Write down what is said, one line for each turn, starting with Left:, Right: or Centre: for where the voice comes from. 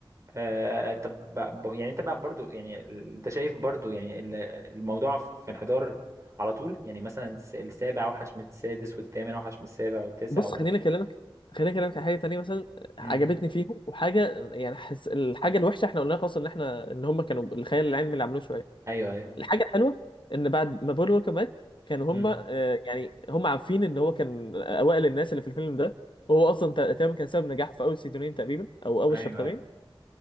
Right: آه طب ب- ب- يعني انت بقى برضو يعني ال- انت شايف برضو يعني ال- الموضوع في انحدار على طول يعني مثلا الس- السابع اوحش من السادس والثامن اوحش من السابع والتاسع
Left: بص خليني
Right: ولا
Left: اكلمك خليني اكلمك على حاجه تانية مثلا عجبتني
Right: امم
Left: فيهم وحاجه يعني حس... الحاجه الوحشه احنا قلنا خلاص ان احنا ان هم كانوا الخيال العلمي اللي عملوه شويه
Right: ايوه ايوه
Left: الحاجه الحلوه ان بعد ما بول ووكر مات كانوا
Right: امم
Left: هم آه، يعني هم عارفين ان هو كان اوائل الناس اللي في الفيلم ده وهو اصلا تقريبا كان سبب نجاحه في اول سيزونين تقريبا او اول
Right: ايوه
Left: شابترين
Right: ايوه